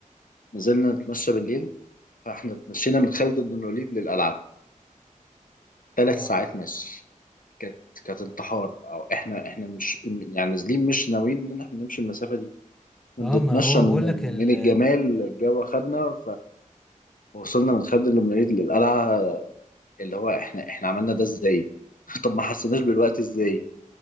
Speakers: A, on the left; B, in the centre.
A: نزلنا نتمشى بالليل فاحنا اتمشينا من خالد بن الوليد للقلعه ثلاث
B: اه
A: ساعات مشي كانت كانت انتحار او احنا احنا مش يعني نازلين مش ناويين ان احنا نمشي المسافه دي احنا
B: اه
A: بنتمشى
B: ما هو
A: من
B: بقول لك ال
A: من الجمال الجو خدنا فوصلنا من خالد بن الوليد للقلعه اللي هو احنا احنا عملنا ده ازاي <laughs> طب ما حسيناش بالوقت ازاي